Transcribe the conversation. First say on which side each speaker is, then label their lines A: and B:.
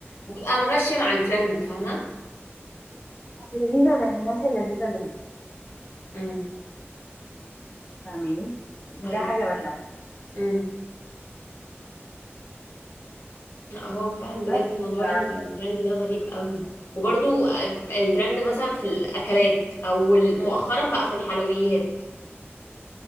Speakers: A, on the left; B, on the left.
A: وابقى ما ماشيه مع الترند فاهمه
B: لذيذة للناس اللذيذة اللي هناك
A: امم
B: فاهماني وده
A: ايوه
B: حاجة بشعة
A: امم. لا، هو فعلا
B: بس
A: بجد موضوع
B: ف-
A: الترند ده غريب قوي وبرضو الترند مثلا في الاكلات او مؤخرا بقى في الحلويات